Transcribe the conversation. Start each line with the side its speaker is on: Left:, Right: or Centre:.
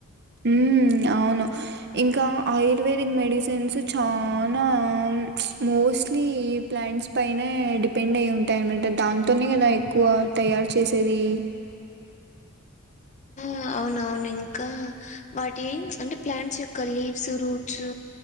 Right: హ అవును ఇంకా ఆయుర్వేదిక్ మెడిసిన్స్ చానా స్మూ మోస్ట్లీ ప్లాంట్స్ పైనే డిపెండ్ అయి ఉంటాయినమాట దాంతోనే కదా ఎక్కువ తయారు చేసే ది
Left: అవున అవును ఇంకా వాటి అంటే ప్లాంట్స్ యొక్క లీవ్స్ రూట్స్